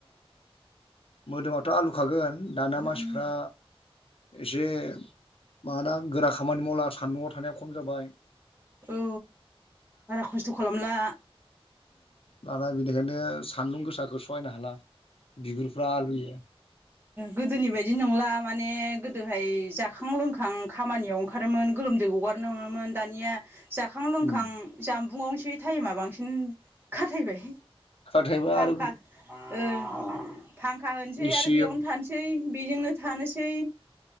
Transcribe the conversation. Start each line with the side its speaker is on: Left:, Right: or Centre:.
Left: मोदोमाथ' आलुखागोन दानिया मानसिफ्रा
Right: उम
Left: एसे माबाना गोरा खामानि मावला सान्दुंआव थानाया खम जाबाय
Right: औ बारा खस्थ' खालामला
Left: दाना बेनिखायनो सान्दुं गोसाखौ सहायनो हाला बिगुरफ्रा आलुयो
Right: गोदोनि बायदि नंला माने गोदोहाय जाखां लोंखां खामानियाव ओंखारोमोन गोलोमदै हगारनो हमोमोन दानिया जाखां लोंखां
Left: उम
Right: जामबुंआवनोसै टाइमा बांसिन खाथायबाय
Left: नाथायबा
Right: फांखा
Left: आरो
Right: ओ फांखा होनोसै
Left: एसि
Right: आरो बेयावनो
Left: अ
Right: थानोसै बेजोंनो थानोसै